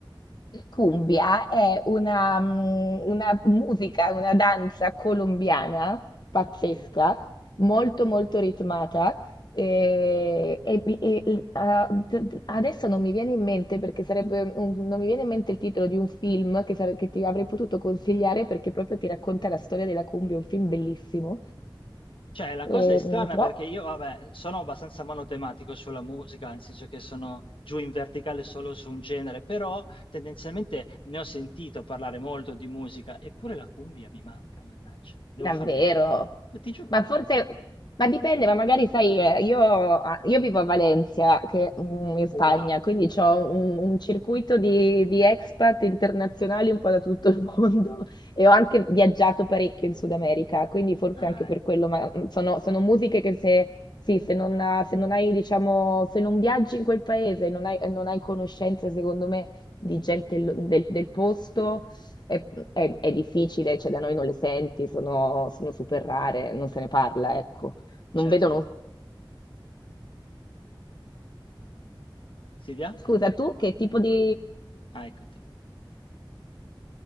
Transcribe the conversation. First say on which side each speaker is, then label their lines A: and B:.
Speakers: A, on the left; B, on the left.
A: Cumbia è una, mm, una musica, una danza colombiana pazzesca,
B: Ok.
A: molto molto ritmata. E, e- e- e- ah, d- d- adesso non mi viene in mente perché sarebbe un- non mi viene in mente il titolo di un film che, sare- che ti avrei potuto consigliare perché proprio ti racconta la storia della cumbia, è un film bellissimo.
B: Cioè, la
A: E,
B: cosa è strana
A: mm, però
B: perché io, vabbè, sono abbastanza monotematico sulla musica, nel senso che sono giù in verticale solo su un genere, però tendenzialmente ne ho sentito parlare molto di musica, eppure la cumbia mi manca, mannaggia. Devo
A: Davvero?
B: farmi una... Ti giuro.
A: Ma forse, ma dipende, ma magari sai, eh, io, ah, io vivo a Valencia, che, mm, in Spagna,
B: Wow.
A: quindi ho un, un circuito di, di expat internazionali un po' da tutto il mondo <laughs> e ho anche viaggiato parecchio in Sud America, quindi forse
B: Ah,
A: anche per
B: ecco,
A: quello, ma mm, sono, sono musiche che se, sì, se non, ah, se non hai, diciamo, se non viaggi in quel paese, non hai, non hai conoscenze, secondo me, di gente lo- del del posto è, è- è difficile, cioè da noi non le senti, sono, sono super rare, non se ne parla, ecco. Non
B: certo.
A: vedono.
B: Silvia?
A: Scusa, tu che tipo di...
B: Ah, eccoti.